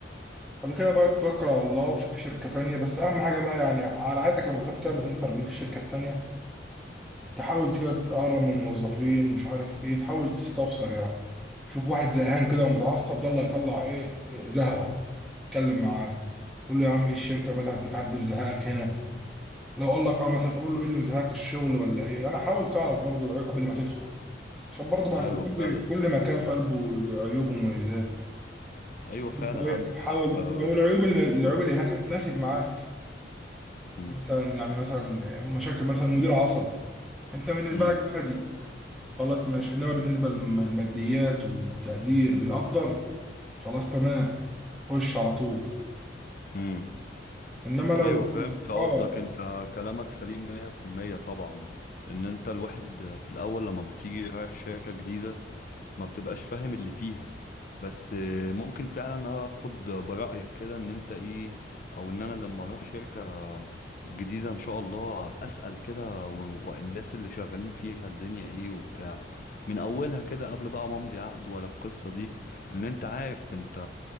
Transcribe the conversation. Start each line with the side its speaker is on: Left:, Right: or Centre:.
Centre: بعد كده بقى توكل على الله وشوف شركه تانية بس اهم حاجه بقى يعني انا عايزك لما تروح تعمل انترفيو في الشركه التانية تحاول كده تقرب من الموظفين مش عارف ايه تحاول تستفسر يعني شوف واحد زهقان كده ومتعصب ده اللي هيطلع ايه إيه زهقه اتكلم معاه قول له يا عم ايه الشركه مالها انت في حد مزهقك هنا لو قال لك اه مثلا تقول له ايه اللي مزهقك الشغل ولا ايه انا حاول تعرف برضه العيوب قبل ما تدخل عشان برضه ما
Left: ايوه
Centre: اصل كل
Left: فعلا
Centre: كل مكان في قلبه عيوب ومميزات
Left: ايوه فعلا
Centre: انت إيه،
Left: عندك
Centre: حاول
Left: حق آه،
Centre: لو العيوب اللي العيوب اللي هناك هتناسب معاك
Left: امم
Centre: مثلا يعني مثلا مشاكل مثلا مدير عصبي انت بالنسبه
Left: امم
Centre: لك عادي خلاص ماشي انما بالنسبه للماديات وتقدير بيقدر خلاص تمام خش على طول
Left: امم
Centre: انما لو
Left: ايوه فهمت قصدك
Centre: اه
Left: انت كلامك سليم 100% طبعا ان انت الواحد في الاول لما بتيجي رايح شركة جديدة ما بتبقاش فاهم اللي فيها بس آه، ممكن فعلا اخد برأيك كده ان انت ايه او ان انا لما اروح شركة جديدة ان شاء الله ابقى اسأل كده و- والناس اللي شغالين فيها الدنيا ايه وبتاع من اولها كده قبل بقى ما امضي عقد ولا القصة دي لان انت عارف انت